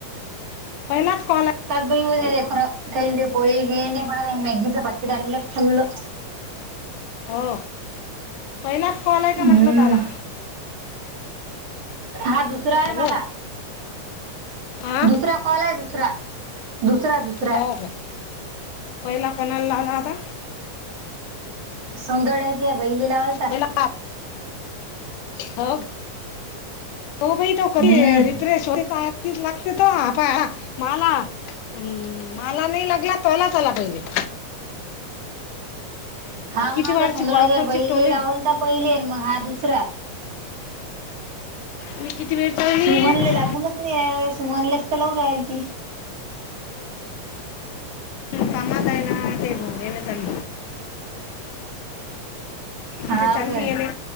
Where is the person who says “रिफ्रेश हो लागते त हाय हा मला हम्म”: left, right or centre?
Left